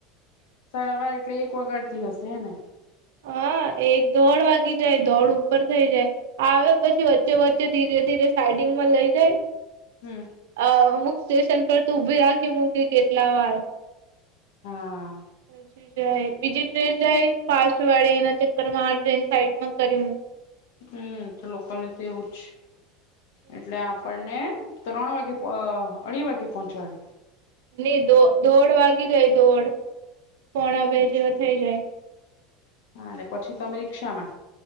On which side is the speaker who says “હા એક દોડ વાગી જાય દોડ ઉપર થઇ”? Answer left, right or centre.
Right